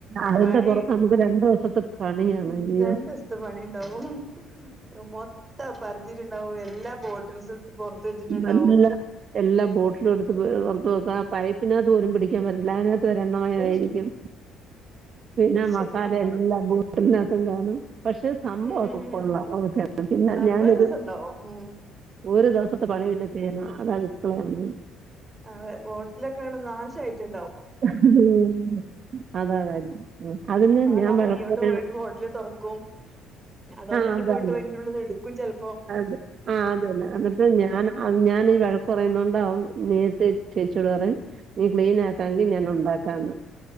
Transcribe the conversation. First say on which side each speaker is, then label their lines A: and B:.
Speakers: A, on the right; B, on the right.
A: അതിൻ്റെ
B: പണി
A: പുറത്ത് നമുക്ക് രണ്ട് ദിവസത്തെ പണിയാണ്
B: ഉം
A: അയ്യോ
B: രണ്ട് സ്ത്തെ പണി ഇണ്ടാവും മൊത്തം പരതത്തീട്ട് ഇണ്ടാവും എല്ലാ ബോട്ടിൽസും എടുത്ത് പൊറത്ത് വെച്ചിട്ടുണ്ടാവും
A: അല്ല എല്ലാ ബോട്ടിലും എടുത്ത് പുറത്ത് വക്ക ആ പൈപ്പിനാത്ത് പോലും പിടിക്കാൻ പറ്റത്തില്ല അതിനകത്ത് ഒര് എണ്ണ മയം
B: ഉം
A: ആയിരിക്കും പിന്നെ
B: ശരിയാ
A: മസാല എല്ലാം എല്ലാതും കാണും പക്ഷെ സംഭവം
B: ഉം
A: ഒക്കെ കൊള്ളാം ഓക്കെ പിന്നെ
B: സംഭവം
A: ഞാനൊരു
B: രസണ്ടാവും ഉം
A: ഒരു ദിവസത്തെ പണി പിന്നെ ചെയ്യണം അതാണ് ഇപ്പളെ അങ്ങ്
B: അതെ ബോട്ടിലൊക്കെ നാശയിട്ടുണ്ടാവും
A: <unintelligible> ഉം അത അത അതിന്
B: ഓലാ
A: ഞാൻ വഴക്ക്പ്പറയണ
B: കൈയ്യോണ്ട് പോയിട്ട് ബോട്ടില് തൊറക്കും അതോണ്ടന്നെ
A: ആഹ് അതാണ്
B: പോയിട്ട് അയിന്റെ ഉള്ളിന്ന് എടുക്കും ചെലപ്പോ
A: അത് ആഹ് അതാണ് അപ്പ ഞാന ആഹ് ഞാൻ ഈ വഴക്ക് പറയുന്നത് കൊണ്ടാവും നേരിട്ട് ചേച്ചിയോട് പറയും നീ ക്ലീ അല്ലെങ്കിൽ ഞാൻ ഉണ്ടാകാന്ന്